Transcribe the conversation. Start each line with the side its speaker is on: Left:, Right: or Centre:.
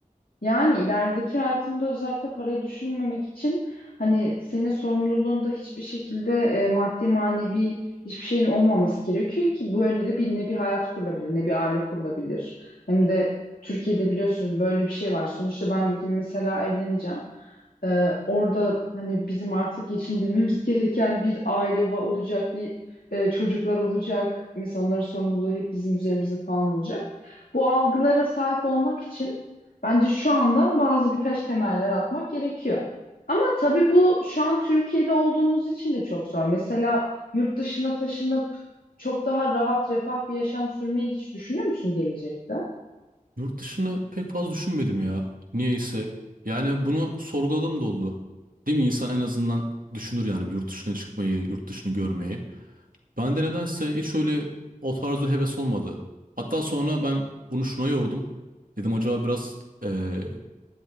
Left: Yani ilerideki hayatında özellikle parayı düşünmemek için hani senin sorumluluğunda hiçbir şekilde e, maddi manevi hiçbir şeyin olmaması gerekiyor ki böyle de bir ne bir hayat kurulabilir ne bir aile kurulabilir. Hem de Türkiye'de biliyorsun böyle bir şey var. Sonuçta ben bir gün mesela evleneceğim. Ee, orada hani bizim artık geçindirmemiz <laughs> gereken bir aile va- olacak, bir e, çocuklar olacak. Mesela onların sorumluluğu hep bizim üzerimizde falan olacak. Bu algılara sahip olmak için Bence şu andan bazı birkaç temeller atmak gerekiyor. Ama tabii bu şu an Türkiye'de olduğumuz için de çok zor. Mesela yurt dışına taşınıp çok daha rahat, refah bir yaşam sürmeyi hiç düşünüyor musun gelecekte?
Right: Yurt dışını pek fazla düşünmedim ya. Niyeyse. Yani bunu sorguladığım da oldu. Değil mi? İnsan en azından düşünür yani bir yurt dışına çıkmayı, yurt dışını görmeyi. Ben de nedense hiç öyle o tarzı heves olmadı. Hatta sonra ben bunu şuna yordum. Dedim acaba biraz eee,